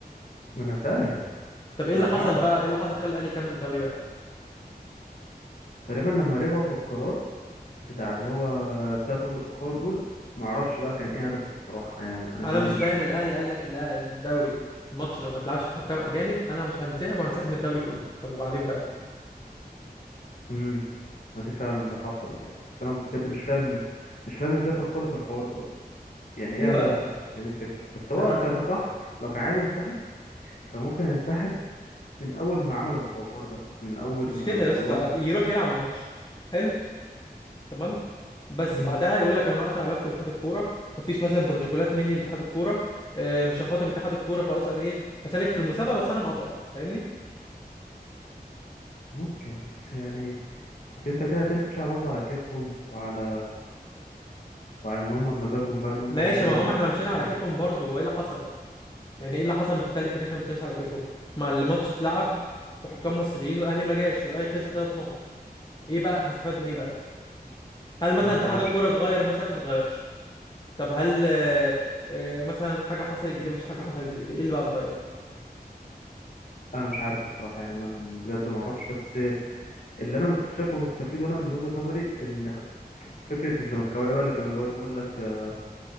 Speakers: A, on the left; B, on the left.
A: ما انا فاهم
B: طب ايه اللي
A: انا معاك
B: حصل
A: على
B: بقى
A: فكره
B: ايه اللي حصل خلى الاهلي يكمل الدوري بقى
A: تقريبا لما رجعوا في القرار بتاع اللي هو الثلاث نقط الاخر دول ما اعرفش بقى كان ايه هدفه بصراحه يعني انا
B: انا
A: بجد
B: مش
A: مش
B: فاهم
A: فاهم
B: الاهلي قال لك الأه- الدوري الماتش لو ما تلعبش بحكام اجانب انا مش هنسحب وهنسحب من الدوري كله طب وبعدين بقى
A: امم ما دي فعلا ده حصل يعني بس انا بجد مش فاهم مش فاهم ازاي فكروا في الحوار ده اصلا يعني ايه
B: ايوه
A: اهلي ينسحب هي دي الفكره بس
B: ما
A: هو
B: دي
A: ك- كصح لو كان عايز ينسحب كان ممكن ينسحب من اول ما عملوا الحوار ده من اول
B: مش
A: ما
B: كده يا اسطى
A: طلعوا ال...
B: يروح يلعب الماتش حلو تمام بس
A: مم،
B: بعدها يقول لك انا هقطع علاقتي باتحاد الكوره مفيش مثلا بروتوكولات مني لاتحاد الكوره آه، مش هخاطب اتحاد الكوره خلاص انا ايه هشارك في المسابقه بس انا مقاطعه فاهمني
A: ممكن بس يعني كنت انت كده تمشي برضه على كيفهم وعلى وعلى ان هم بمزاجهم بقى ان هم
B: ماشي
A: برضه
B: ما
A: جابوا
B: هم احنا
A: لك حكام
B: مشينا على كيفهم برضه هو ايه اللي حصل يعني ايه اللي حصل مختلف ان احنا مشيناش على كيفهم ما الماتش اتلعب بحكام مصريين والاهلي ما جاش والاهلي خسر ثلاث نقط ايه بقى احنا استفدنا ايه بقى هل مثلا
A: لا بصراحه
B: اتحاد الكوره
A: مش عارف
B: اتغير مثلا ما اتغيرش طب هل آه، آه، مثلا حاجه حصلت جديده مفيش حاجه حصلت جديده ايه اللي بقى اتغير
A: انا مش عارف بصراحه يعني انا بجد ما اعرفش بس اللي انا مست- شايفه مستفيد وانا من وجهه نظري ان فكره الزملكاويه بقى اللي كانوا بيقعدوا يقول لك آه،